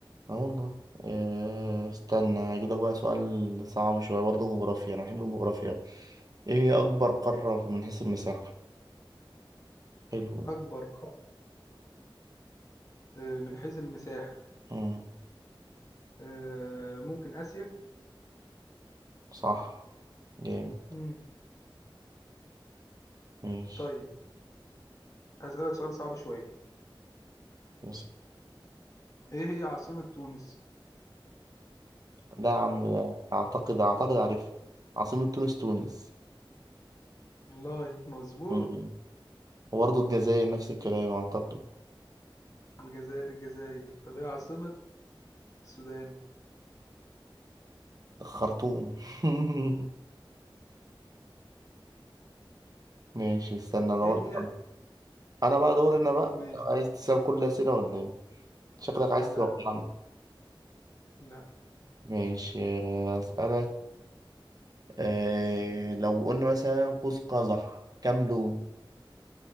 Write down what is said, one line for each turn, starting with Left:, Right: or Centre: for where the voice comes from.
Right: اه والله إيه، استنى هجيلك بقى سؤال صعب شوية برضه جغرافيا أنا بحب الجغرافيا أوي. ايه هي أكبر قارة من حيث المساحة؟ حلو ده
Left: أكبر قارة آه، من حيث المساحة
Right: مم،
Left: آه، ممكن آسيا
Right: صح جامد
Left: مم.
Right: ماشي
Left: طيب هسألك سؤال صعب شوية
Right: بس
Left: إيه هي عاصمة تونس؟
Right: لا يا عم لا. أعتقد أعتقد عارف عاصمة تونس تونس
Left: والله مظبوط
Right: مم. وبرضه الجزائر نفس الكلام أعتقد
Left: الجزائر الجزائر طب إيه عاصمة السودان؟
Right: الخرطوم <laughs> ماشي استنى انا
Left: إيه
Right: برضه
Left: هي
Right: انا بقى دور انا بقى
Left: ماشي
Right: أنت عايز تسال كل الاسئله ولا ايه شكلك عايز
Left: لا
Right: توقعني
Left: لا
Right: ماشي اسالك آه لو قلنا مثلا قوس قزح كام لون